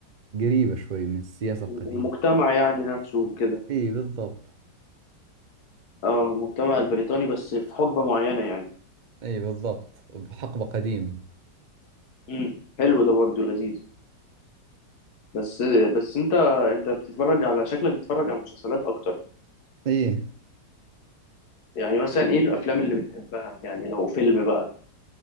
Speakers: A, on the right; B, on the left.
A: قريبة شوي من السياسة القديمة
B: المجتمع يعني نفسه وكده
A: إي بالضبط
B: اه المجتمع البريطاني بس في حقبة معينة يعني
A: إي بالضبط بحقبة قديمة
B: مم. حلو ده برضو لذيذ بس بس انت انت بتتفرج على شكلك بتتفرج على مسلسلات اكتر
A: إي
B: يعني مثلا ايه الافلام اللي بتحبها يعني لو فيلم بقى